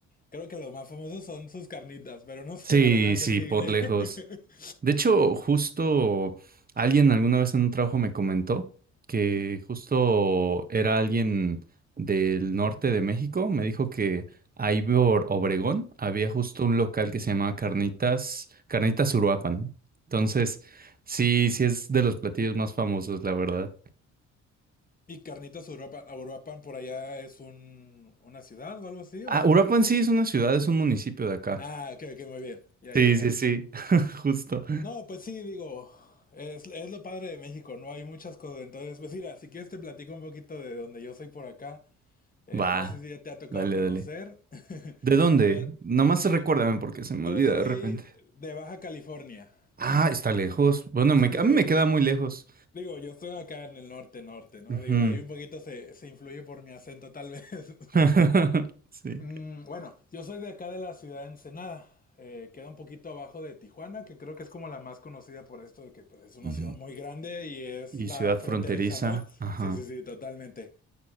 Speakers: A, on the left; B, on the right.
A: creo que los más famosos son sus carnitas, pero no sé,
B: Sí,
A: <laughs> adelante,
B: sí,
A: síguele.
B: por lejos.
A: <laughs>
B: De hecho, justo alguien alguna vez en un trabajo me comentó que justo era alguien del norte de México. Me dijo que ahí por Obregón había justo un local que se llamaba Carnitas, Carnitas Uruapan. Entonces, sí, sí es de los platillos más famosos, la verdad.
A: ¿Y carnitas Uruapan, Uruapan por allá es un, una ciudad o algo así?
B: Ah,
A: O...
B: Uruapan sí es una ciudad, es un municipio de acá.
A: Ah, ok, ok, muy bien. Ya,
B: Sí,
A: ya, ya.
B: sí, sí, <laughs> justo.
A: No, pues sí, digo, es, es lo padre de México, no hay muchas cosas. Entonces, pues mira, si quieres te platico un poquito de donde yo soy por acá. Eh,
B: Va,
A: no sé si ya te ha tocado
B: dale,
A: conocer,
B: dale. ¿De
A: <laughs>
B: dónde?
A: pero
B: Nomás
A: sí,
B: recuérdame porque se me
A: Yo
B: olvida
A: soy
B: de repente.
A: de Baja California.
B: Ah, está lejos. Bueno,
A: Sí,
B: me-
A: sí,
B: a
A: sí.
B: mí me queda muy lejos.
A: Digo, yo estoy acá en el norte, norte, ¿no?
B: Ujú.
A: Digo, ahí un poquito se, se influye por mi acento, tal vez. <laughs>
B: <laughs> Sí.
A: Mm, bueno, yo soy de acá de la ciudad de Ensenada. Eh, queda un poquito abajo de Tijuana, que creo que es como la más conocida por esto de que pues, es una
B: Mm,
A: ciudad muy grande y es
B: Y
A: la
B: ciudad
A: fronteriza,
B: fronteriza.
A: ¿no?
B: Ajá.
A: Sí, sí, sí, totalmente.